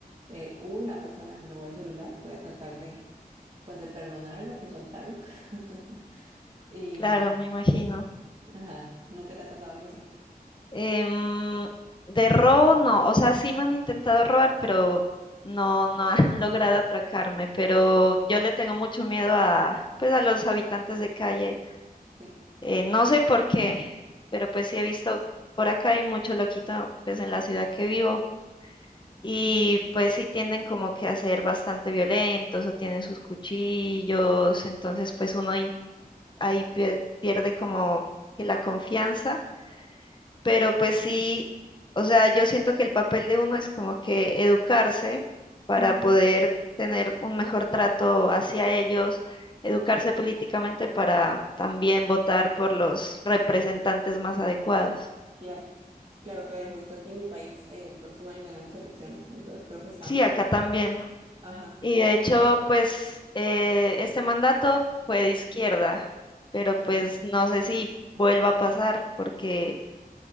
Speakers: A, on the right (about 35°); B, on the left (about 30°).
A: Eh, una persona me robó el celular, voy a tratar de, pues, de perdonarlo y soltarlo. <laughs> Y,
B: Claro, me imagino.
A: ajá, ¿nunca te ha pasado algo así?
B: Em, de robo, no. O sea, sí me han intentado robar, pero no, no han <laughs> logrado atracarme. Pero yo le tengo mucho miedo a, pues, a los habitantes de calle.
A: Sí.
B: Eh, no sé por qué, pero pues sí he visto, por acá hay mucho loquito, pues, en la ciudad que vivo. Y pues sí tienden como que a ser bastante violentos o tienen sus cuchillos. Entonces, pues uno in- ahí pie- pierde como que la confianza. pero pues sí, o sea, yo siento que el papel de uno es como que educarse para
A: Ujú.
B: poder tener un mejor trato hacia ellos, educarse políticamente para también votar por los representantes más adecuados.
A: Claro. Claro, claro, y justo aquí en mi país el próximo año tenemos elecciones, entonces creo que estamos
B: Sí, acá
A: como,
B: también.
A: ajá,
B: Y
A: ah, bueno,
B: de hecho,
A: ok,
B: pues eh, este mandato fue de izquierda, pero
A: ajá,
B: pues no sé si vuelva a pasar porque